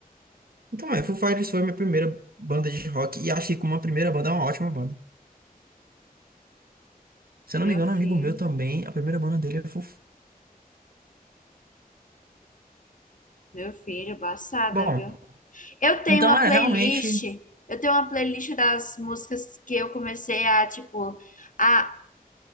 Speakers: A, on the right; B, on the left.
A: Então, é, Foo Fighters foi minha primeira banda de rock e achei que como a primeira banda é uma ótima banda. Se eu não
B: Meu
A: me engano,
B: filho,
A: um amigo meu também, a primeira banda dele é Foo Fighters.
B: meu filho, passada,
A: Bom,
B: viu? Eu tenho
A: Então,
B: uma
A: é,
B: playlist.
A: realmente,
B: Eu tenho uma playlist das músicas que eu comecei a, tipo, a